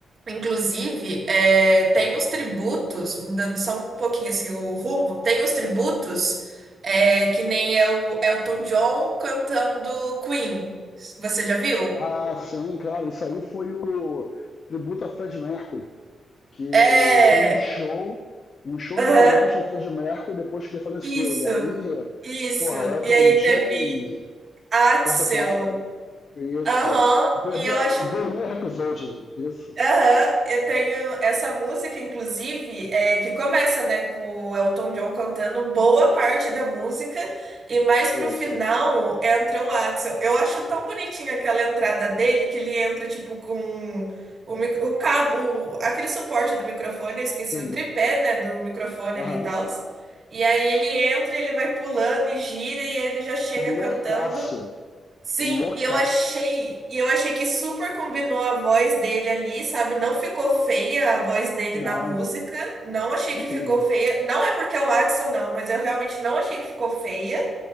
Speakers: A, on the right; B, on the left.
A: inclusive, é, tem os tributos, mudando só um pouquinho assim, o rumo, tem os tributos é, que nem é o Elton John cantando Queen. Você já viu?
B: Ah, sim, claro. Isso aí foi o tributo a Fred Mercury. que
A: É,
B: foi um show, um show
A: aham,
B: em homenagem ao Freddie Mercury depois que ele faleceu.
A: isso,
B: E aí,
A: isso.
B: porra, o Elton
A: E aí
B: John
A: teve Axel.
B: canta com a. Isso.
A: Aham,
B: Bonilla
A: e eu acho
B: Episode. Isso,
A: Aham, eu tenho essa música, inclusive, é, que começa, né, com o Elton John cantando boa parte da música e mais pro
B: isso.
A: final entra o Axl. Eu acho tão bonitinha aquela entrada dele que ele entra, tipo, com o, mic- o cabo, o- aquele suporte do microfone, eu esqueci,
B: Sim.
A: o tripé, né, do microfone
B: Aham.
A: ali e tal. E aí ele entra, ele vai pulando e gira e aí ele já chega cantando.
B: Loucaço.
A: Sim,
B: Loucaço.
A: e eu achei, e eu achei que super combinou a voz dele ali, sabe? Não ficou feia a voz dele
B: Não,
A: na música. Não achei
B: incrível.
A: que ficou feia. Não é porque é o Axl, não, mas eu realmente não achei que ficou feia.